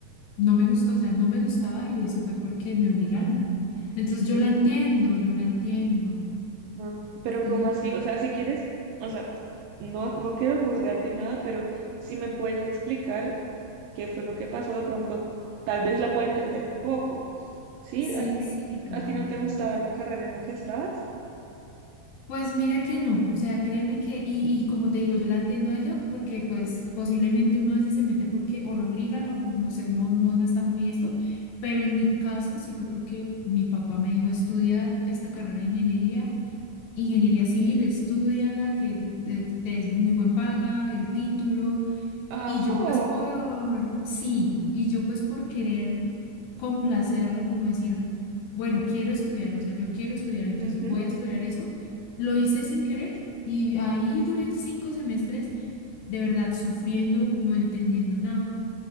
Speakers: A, on the left; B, on the right.
A: no me gustó, o sea, no me gustaba y lo hice fue porque me obligaron. Entonces
B: ¿qué?
A: yo la entiendo, yo la entiendo.
B: Mm, Pero ¿cómo
A: Sí,
B: así? O sea, si quieres, o sea, no, no quiero juzgarte ni nada, pero si me puedes explicar qué fue lo que pasó, de pronto tal vez la pueda entender un poco. ¿Sí?
A: sí,
B: ¿A ti,
A: sí, claro.
B: a ti no te gustaba la carrera en la que estabas?
A: Pues mira que no, o sea, créeme que, y, y como te digo, yo la entiendo a ella porque pues posiblemente uno a veces se mete porque o lo obligan o no sé, uno no, no está muy esto, pero en mi caso sí fue porque mi papá me dijo, estudia esta carrera de ingeniería, ingeniería civil, estúdiala, que de- de- te es muy buen paga, el título,
B: Ajo.
A: y yo pues por, sí, y yo pues por querer complacerlo, como decir, bueno, quiero estudiar, o sea, yo quiero estudiar, entonces
B: Ujú.
A: voy a estudiar eso. Lo hice sin querer y ahí duré cinco semestres de verdad sufriendo, no entendiendo nada.